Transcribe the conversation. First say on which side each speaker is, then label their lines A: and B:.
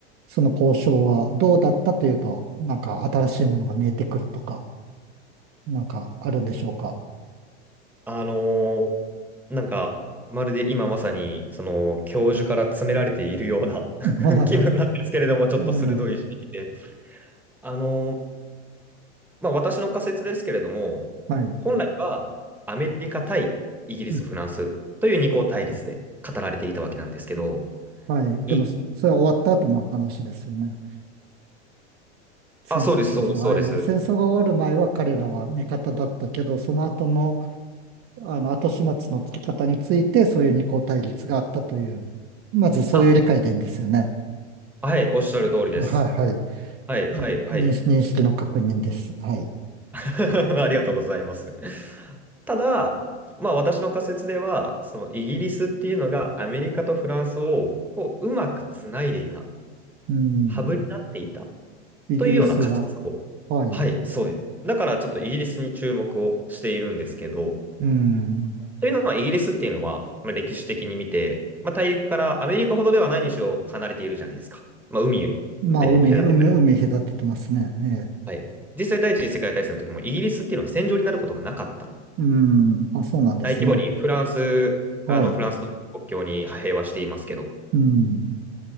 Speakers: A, on the right; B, in the centre.
A: その交渉はどうだったというと、なんか新しいものが見えてくるとか、なんかあるんでしょうか。
B: あのーなんか、まるで今まさに、その、教授から詰められているような
A: は
B: <laughs> 気分なんですけれども、ちょっと鋭い指摘で。
A: い。はい。
B: あのーまあ、私の仮説ですけれども、
A: はい。
B: 本来はアメリカ対イギリス、
A: うん
B: フランスという二項対立で語られていたわけなんですけど、
A: はい。
B: い、
A: でも、そそれは終わった後の話ですよね。戦戦争が、
B: あ、そうです、そうです、そうです。
A: ええ戦争が終わる前は彼らは味方だったけど、その後の、あの後始末のつけ方について、そういう二項対立があったという、まずそういう理解でいいんですよね。
B: あ、はい、おっしゃる通りです。
A: はい、はい。
B: はい、はい、
A: うん、
B: はい。
A: 認識、認識の確認です。はい。
B: <laughs> ありがとうございます。ただ、まあ、私の仮説では、そのイギリスっていうのがアメリカとフランスをこう、うまくつないでいた、
A: うん。
B: ハブになっていた
A: イギリスが、
B: というような仮説を。
A: はい。
B: はい、そうです。だからちょっとイギリスに注目をしているんですけど、
A: うん。
B: というのは、イギリスっていうのは、まあ、歴史的に見て、まあ、大陸からアメリカほどではないにしろ離れているじゃないですか。まあ、海で
A: まあ、海、
B: 隔てる。
A: 海、海隔ててますね。ええ。
B: はい。実際、第一次世界大戦の時も、イギリスっていうのは戦場になることがなかった。
A: うん。あ、そうなんですね。
B: 大規模にフランス、
A: はい。
B: あの、フランスと国境に派兵はしていますけど、
A: うん。